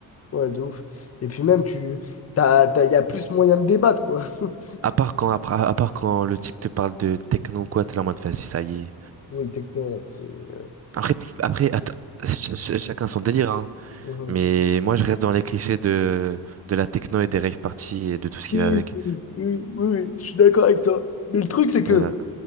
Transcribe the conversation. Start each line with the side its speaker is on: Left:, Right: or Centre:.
Left: Ouais, de ouf. Et puis même, tu... T'as, t'as... y a plus moyen de débattre, quoi. <laughs>
Right: À part quand, après- à, part quand le type te parle de techno ou quoi, t'es là en mode, vas-y, ça y est.
Left: Oui, techno, ouais, c'est... ouais.
Right: Après, après atta- ch- ch- chacun son délire, hein.
Left: Mhm.
Right: Mais moi, je reste dans les clichés de, de la techno et des rave parties et de tout ce qui
Left: Oui,
Right: va avec.
Left: oui, oui, oui, je suis d'accord avec toi. Mais le truc, c'est que
Right: Voilà.